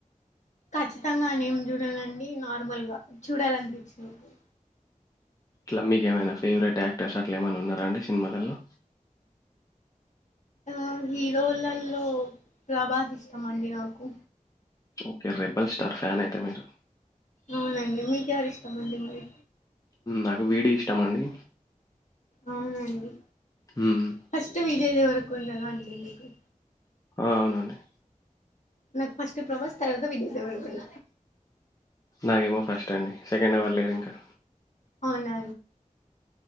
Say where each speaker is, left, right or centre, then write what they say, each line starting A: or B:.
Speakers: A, on the left; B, on the left.
A: ఖచ్చితంగా అనేం చూడనండి, నార్మల్గా చూడాలన్పిచ్చినపుడు.
B: ట్ల మీకేమైనా ఫేవరెట్ యాక్టర్స్ అట్ ట్ల ఏమైన్నా ఉన్నరా అండి, సినిమాలల్లో
A: ఆ హీరోలల్లో ప్రభాస్ ఇష్టమండి నాకు.
B: ఓకే రెబల్ స్టార్ ఫ్యాన్ అయితే మీరు
A: అవునండి మీకెవరి ఇష్టం అండి మరి
B: నాకు వీడి ఇష్టం అండి
A: అవునండి
B: హ్మ్.
A: ఫస్ట్ విజయ్ దేవర కొండెలా అడిందికి
B: అవునండి
A: నా ఫస్ట్ ప్రభస్ తరువాత విజయ్ దేవరకొండ
B: నాగేమో ఫస్ట్ అండి సెకండ్ ఎవ్వర్లేదు ఇంకా
A: అవునా